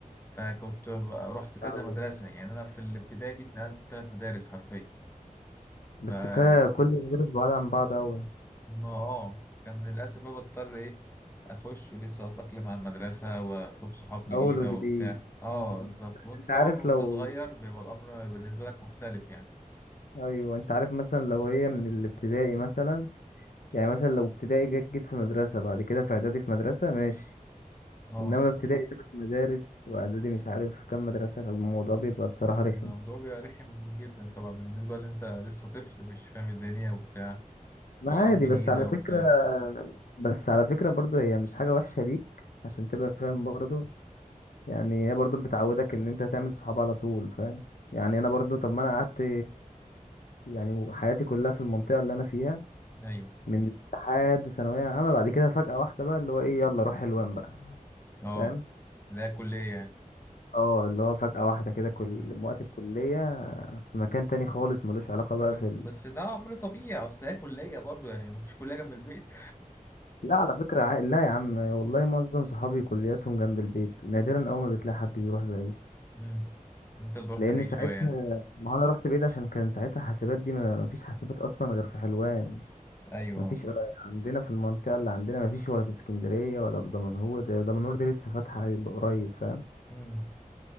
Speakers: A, on the left; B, on the left.
A: فكنت ب- رحت كذا
B: أو-
A: مدرسة يعني أنا في الابتدائي دي اتنقلت في ثلاث مدارس حرفيا
B: بس
A: ف
B: كا- كل المدارس بعاد عن بعض أوي
A: ما اه كان للأسف بقى بضطر إيه أخش لسه أتأقلم على المدرسة وأشوف صحاب جديدة
B: أول وجديد
A: وبتاع اه
B: آه،
A: بالظبط وأنت
B: أنت
A: طبعا
B: عارف
A: وأنت
B: لو
A: صغير بيبقى الأمر بالنسبة لك مختلف يعني
B: أيوة أنت عارف مثلا لو هي من الابتدائي مثلا يعني مثلا لو ابتدائي جت جيت في مدرسة بعد كده في إعدادي في مدرسة ماشي
A: اه
B: إنما ابتدائي تلات مدارس وإعدادي مش عارف كام مدرسة فالموضوع بيبقى الصراحة
A: الموضوع
B: رخم
A: بيبقى رخم جدا طبعا بالنسبة اللي انت لسه طفل مش فاهم الدنيا وبتاع
B: ما
A: واصحاب
B: عادي
A: جديدة
B: بس على
A: وبتاع
B: فكرة بس على فكرة برضو هي مش حاجة وحشة ليك عشان تبقى فاهم برضو يعني هي برضو بتعودك ان انت تعمل صحاب على طول فاهم يعني انا برضو طب ما انا قعدت يعني حياتي كلها في المنطقة اللي انا فيها
A: ايوه
B: من لحد ثانوية عامة بعد كده فجأة واحدة بقى اللي هو ايه يلا روح حلوان بقى
A: اه
B: فاهم
A: ده كلية يعني
B: اه اللي هو فجأة
A: مم.
B: واحدة كده كل وقت الكلية في مكان تاني خالص ملوش علاقة بقى
A: بس
B: في
A: بس ده امر طبيعي اصل هي كلية برضو يعني مفيش كلية جنب البيت
B: لا على فكرة عا- لا يا عم والله معظم صحابي كلياتهم جنب البيت نادرا أول ما بتلاقي حد بيروح بعيد
A: <laughs> مم. انت اللي رحت
B: لأن
A: بعيد
B: ساعتها
A: شوية
B: ما أنا رحت بعيد عشان كان ساعتها حاسبات دي ما ما فيش حاسبات أصلا غير في حلوان
A: ايوه
B: ما فيش عندنا في المنطقة اللي عندنا ما فيش ولا في اسكندرية ولا في دمنهور ده دمنهور دي لسه فاتحة قريب فاهم
A: مم.